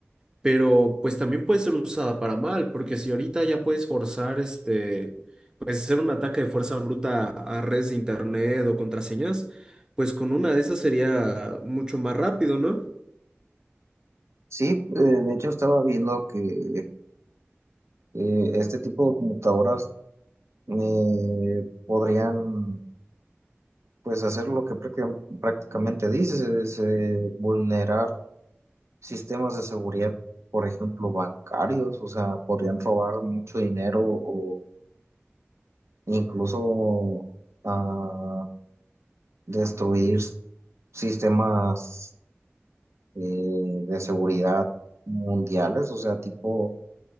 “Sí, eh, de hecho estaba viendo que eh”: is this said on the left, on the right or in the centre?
Right